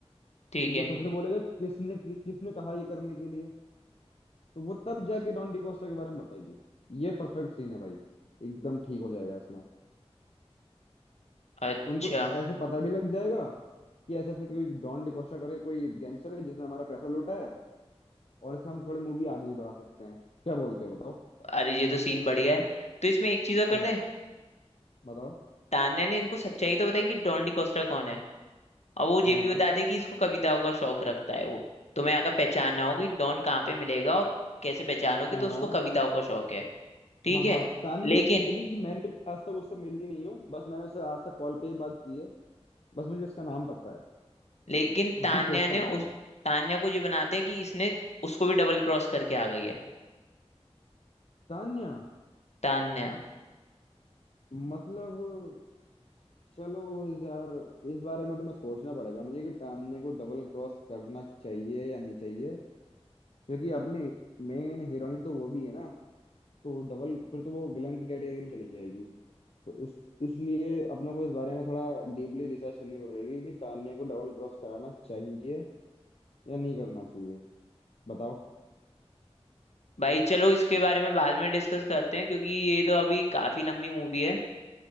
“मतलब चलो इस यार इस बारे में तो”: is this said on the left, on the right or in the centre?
Left